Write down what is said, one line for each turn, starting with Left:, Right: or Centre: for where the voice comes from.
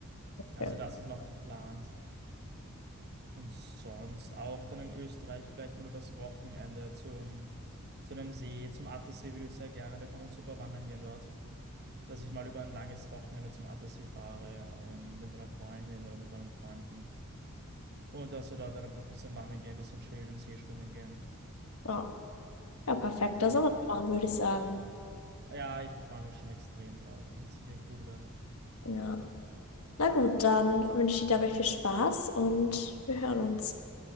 Right: Also
Left: Ja.
Right: das ist noch geplant. Und sonst auch dann in Österreich vielleicht mal übers Wochenende zum, zu einem See, zum Attersee würde ich sehr gerne. Da kann man super wandern gehen dort. Dass ich mal über ein langes Wochenende zum Attersee fahre und mit meiner Freundin oder mit meinen Freunden. Und dass wir dort dann einfach ein bisschen wandern gehen, ein bisschen chillen, im See schwimmen gehen.
Left: Ja. Ja, perfekter
Right: Ja,
Left: Sommerplan, würde ich sagen.
Right: ja ich freue mich schon extrem drauf. Es wird sicher cool werden.
Left: Ja. Na gut, dann wünsche ich dir dabei viel Spaß und wir hören uns.